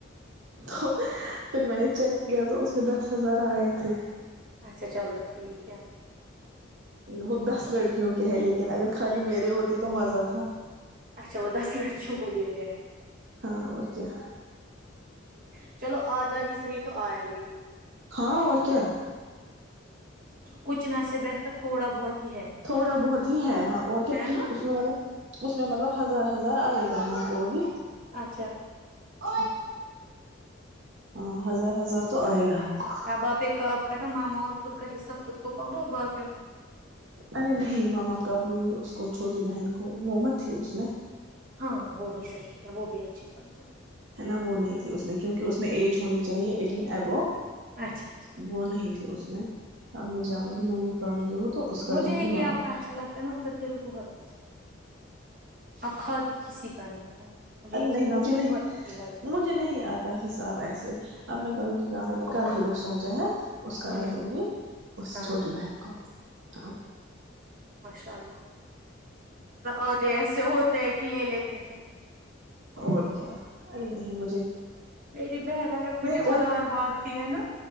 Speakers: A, on the right; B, on the right.
A: تو پھر میں نے چیک کیا تو اس میں دس ہزار آئے تھے
B: اچھا چلو ٹھیک ہے
A: وہ
B: چلو
A: دس لڑکیوں کے ہے لیکن لن اگر خالی میرے ہوتے تو مزہ تھا
B: اچھا وہ دس لڑکیوں کو دینے ہیں
A: ہاں اور کیا
B: ٹیک چلو آدا ہی صح تو آیا ل
A: ہاں اور کیا <unintelligible>
B: کچ نہ سے بہتر تھوڑا بہت ہی ہے
A: تھوڑا بہت ہی ہے ہاں اور کیا
B: ہے نا
A: اس میں مطلب اس میں مطلب ہزار ہزار آئے گا ہم کو ا بھی
B: اچھا
A: <inaudible> ہاں ہزار ہزار تو آئے گا ہم کو
B: آاں باپ ایک کا ا ماما اور خود کا حصہ خود کو پکڑو اور ب
A: ارے نہیں ماما کاب لوں گی اس کو چھوٹی بہن وہ مت تھی اس میں
B: ہاں وہ بھی صحیح ہے وہ بھی اچھی بات ہے
A: ہے نا وہ نہیں تھی اس میں کیونکہ اس میں ایج ہونی چاہیے ایٹین ابو
B: اچھا اچھا
A: وہ نہیں تھی اس میں اب میں
B: چلو
A: جاؤں گی میں نکالوں گی وہ تو اس کا
B: مجھے
A: دوں
B: یہی
A: گی ماما
B: آپ
A: کا
B: اچھا لگتا ہے نا آپ کا دل بہت اچھا آپ کھاتی کسی کا نہیں ہو مجھے یہ
A: نہیں
B: چیز
A: مجھے
B: آپ میں
A: نہیں
B: بہت اچھی لگتی ہے
A: مجھے نہیں آتا حساب ایسے اب میں چلو ج کہ میں نے کل ہی وہ سوچا ہے اس کا
B: ہوں
A: میں دوں گی اس
B: ہاں
A: چھوٹی بہن کو ہ
B: چلو ادے ایسے ہوتے ہیں لے لیتے ہیں
A: اور کیا ا ہم م
B: میری بہن اگر مجھے
A: کل
B: ادار بانگتی ہے نا